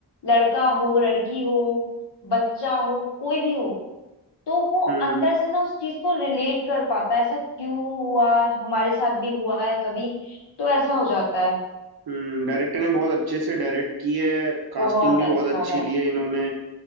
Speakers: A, on the left; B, on the right.
A: लड़का हो लड़की हो बच्चा हो कोई भी हो तो वो
B: हम्म
A: अंदर से ना उस चीज को रिलेट कर पाता है ऐसा क्यों हुआ हमारे साथ भी हुआ है कभी तो ऐसा हो जाता है
B: हम्म डायरेक्टर ने बहुत अच्छे से डायरेक्ट की है कास्टिंग
A: बहुत
B: भी
A: अच्छा
B: बहुत अच्छी
A: रहा है
B: ली है इन्होंने